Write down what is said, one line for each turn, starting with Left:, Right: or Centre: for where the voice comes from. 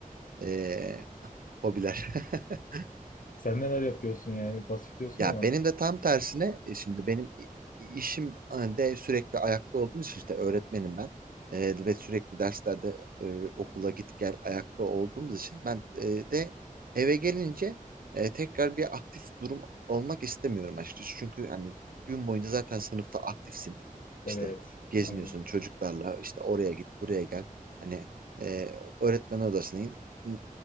Right: e, hobiler. <laughs>
Left: Sen neler yapıyorsun yani pasif diyorsun
Right: Ya
Left: ama.
Right: benim de tam tersine e, şimdi benim i- işim e, de sürekli ayakta olduğum için işte öğretmenim ben. E, ve sürekli derslerde e, okula git gel ayakta olduğumuz için ben e, de eve gelince e, tekrar bir aktif durum olmak istemiyorum açıkçası. Çünkü hani gün boyunca zaten sınıfta aktifsin.
Left: Evet,
Right: İşte geziniyorsun
Left: aynen,
Right: çocuklarla işte oraya git buraya gel. Hani e, öğretmen odasına in n-